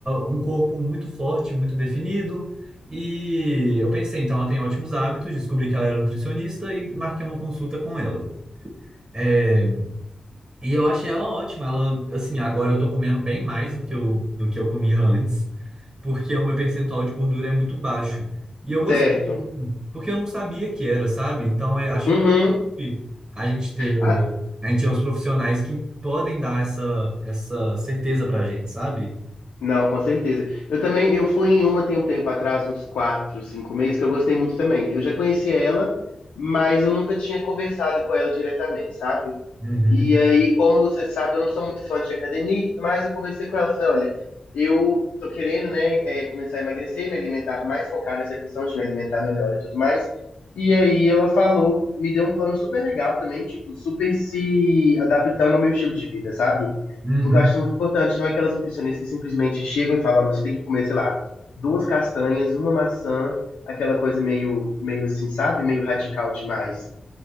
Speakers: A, on the right (about 25°); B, on the left (about 90°).
A: um corpo muito forte, muito definido, e eu pensei, então ela tem ótimos hábitos, descobri que ela era nutricionista e marquei uma consulta com ela. É, e eu achei ela ótima, ela, assim, agora eu tô comendo bem mais do que eu, do que eu comia antes, porque o meu percentual de gordura é muito baixo. E eu gostei
B: certo.
A: disso, porque eu não sabia que era, sabe? Então eu acho
B: Uhum.
A: importante a gente ter,
B: Ah,
A: a gente é os profissionais que podem dar essa, essa certeza pra gente, sabe?
B: não, com certeza. Eu também, eu fui em uma tem um tempo atrás, uns quatro, cinco meses, que eu gostei muito também. Eu já conhecia ela, mas eu nunca tinha conversado com ela diretamente, sabe?
A: Uhum.
B: E aí, como você sabe, eu não sou muito fã de academia e tudo mais, eu conversei com ela, falei, olha, eu tô querendo, né, é, começar a emagrecer, me alimentar mais, focar nessa questão de me alimentar melhor e tudo mais. E aí ela falou, me deu um plano super legal também, tipo, super se adaptando ao meu estilo de vida, sabe?
A: Uhum.
B: Porque eu acho isso muito importante, não é aquelas nutricionistas que simplesmente chegam e falam, olha, você tem que comer, sei lá, duas castanhas, uma maçã, aquela coisa meio, meio assim, sabe? Meio radical demais.